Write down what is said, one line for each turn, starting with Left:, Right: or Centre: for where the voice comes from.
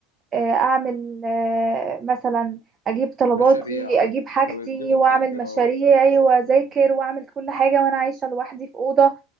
Right: آه، اعمل آه، مثلا اجيب طلباتي
Left: مشاريع
Right: اجيب حاجتي
Left: وتجيبوا
Right: واعمل
Left: مذكرات
Right: مشاريعي واذاكر
Left: امم
Right: واعمل كل حاجه وانا عايشه لوحدي في اوضه